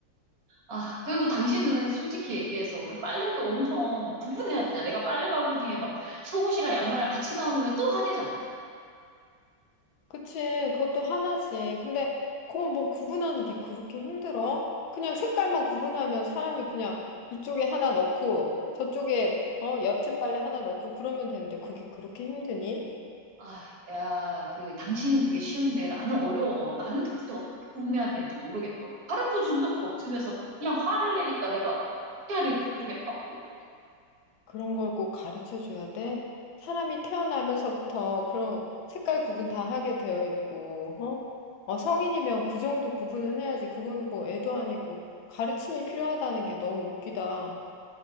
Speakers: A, on the right (about 55°); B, on the left (about 80°).
A: 아 그리고 당신은 솔직히 얘기해서 그 빨래도 엄청 구분해야 되잖아. 내가 빨래 바구니에 막 속옷이랑 양말이랑 같이 나오면 또 화내잖아.
B: 그치, 그것도 하나지. 근데 그거 뭐 구분하는 게 그렇게 힘들어? 그냥 색깔만 구분하면 사람이 그냥 이쪽에 하나 넣고 저쪽에 어, 옅은 빨래 하나 넣고 그러면 되는데 그게 그렇게 힘드니?
A: 아, 야, 그, 당신은 그게 쉬운데 나는 어려워. 나는 도대체 어떻게 구분해야 되는지 모르겠다고. 가르쳐 준 적도 없으면서 그냥 화를 내니까 내가 어떻게 해야 될지 모르겠다고.
B: 그런 걸 꼭 가르쳐 줘야 돼? 사람이 태어나면서부터 그런 색깔 구분 다 하게 되어 있고, 어? 어, 성인이면 그 정도 구분은 해야지. 그거는 뭐 애도 아니고 가르침이 필요하다는 게 너무 웃기다.